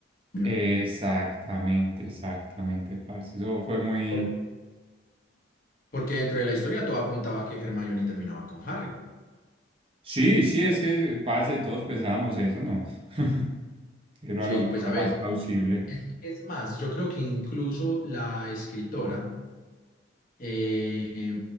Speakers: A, on the left; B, on the right.
A: eh,
B: Exactamente, exactamente, parce. Eso fue muy...
A: por- porque dentro de la historia todo apuntaba a que Hermione terminaba con Harry.
B: Sí, sí, es que, parce, todos pensábamos eso, ¿no? <laughs> Era
A: Sí,
B: lo como
A: pues
B: lo
A: a ver,
B: más plausible.
A: es, es más, yo creo que incluso la escritora, eh, eh,